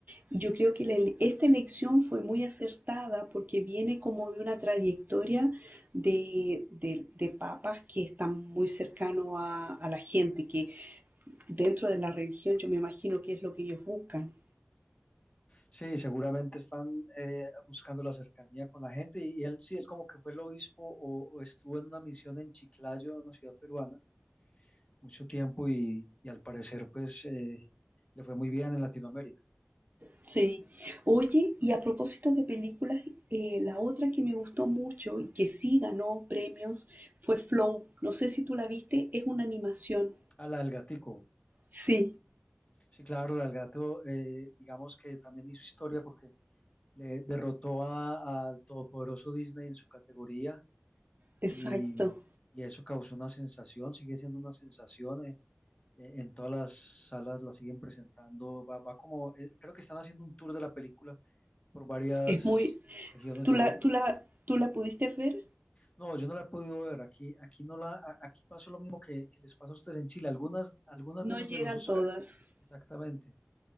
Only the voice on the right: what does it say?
Y yo creo que la esta elección fue muy acertada porque viene como de una trayectoria de, de- de papas que están muy cercanos a, a la gente, que dentro de la religión yo me imagino que es lo que ellos buscan.
Sí. Oye, y a propósito de películas, eh, la otra que me gustó mucho y que sí ganó premios fue Flow. No sé si tú la viste, es una animación.
Sí,
exacto.
Es muy...
¿Tú
la, tú la, tú la pudiste ver?
No
llegan
todas.